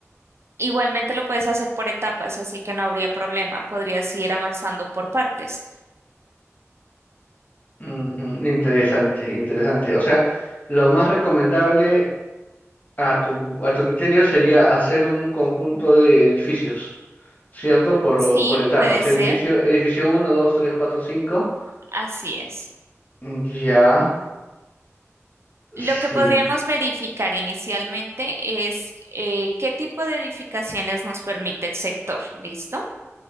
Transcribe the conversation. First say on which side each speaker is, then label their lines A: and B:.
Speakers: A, on the right; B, on the left.
A: Igualmente lo puedes hacer por etapas, así que no habría problema. Podrías ir avanzando por partes.
B: Ujú, Interesante, interesante. O sea, lo más recomendable A tu, a tu criterio sería hacer un conjunto de edificios, ¿cierto? Por,
A: Sí,
B: por etapas.
A: puede ser.
B: Edificio, edificio uno 2 3 4 cinco
A: Así es.
B: Mm, Ya,
A: Lo
B: sí.
A: que podríamos verificar inicialmente es eh, qué tipo de edificaciones nos permite el sector, ¿listo?